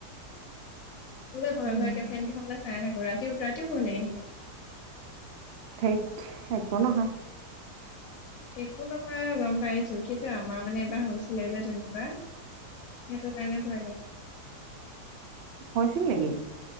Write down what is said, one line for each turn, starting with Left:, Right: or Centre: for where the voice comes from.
Left: বোলে ভয়
Right: উম।
Left: ভয়কে ফেনকেইখনলে চাই থাকো ৰাতিও ৰাতিও ভয় লাগি থাকে
Right: থেইত একো নহয়
Left: একো নহয় গম পাইছো কিন্তু আমাৰ মানে এবাৰ হৈছিলে যে তেনেকুৱা সেইটো কাৰণে ভয় লাগে
Right: হৈছিল নেকি